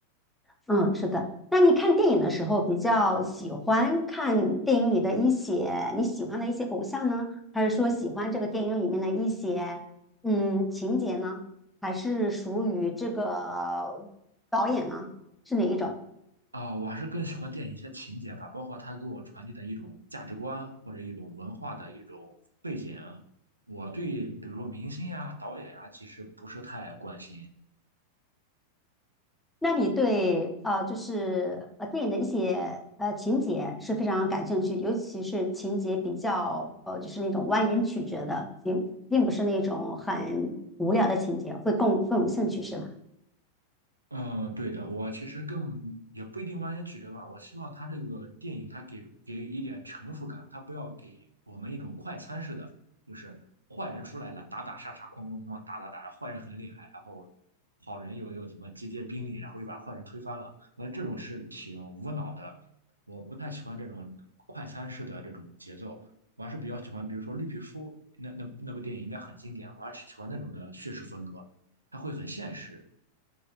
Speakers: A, in the centre; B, on the right (about 80°).
A: 嗯，是的。那你看电影的时候，比较喜欢看电影里的一些你喜欢的一些偶像呢，还是说喜欢这个电影里面的一些嗯情节呢？还是属于这个导演呢？是哪一种？
B: 啊。我还是更喜欢电影一些情节吧，包括它给我传递的一种价值观或者一种文化的一种背景。我对比如说明星呀、导演呀，其实不是太关心。
A: 那你对呃就是呃电影的一些呃情节是非常感兴趣，尤其是情节比较呃就是那种蜿蜒曲折的，并并不是那种很无聊的情节，会更更有兴趣，是吧？
B: 嗯，对的，我其实更也不一定完全曲折吧，我希望他这个电影他给给一点成熟感，他不要给我们一种快餐式的，就是坏人出来了，打打杀杀，哐哐哐，打打打，然后坏人很厉害，然后好人又又怎么集结兵力，然后又把坏人推翻了，那这种是挺无脑的，我不太喜欢这种快餐式的这种节奏，我还是比较喜欢，比如说《绿皮书》那那那部电影应该很经典，我还是喜欢那种的叙事风格，它会很现实。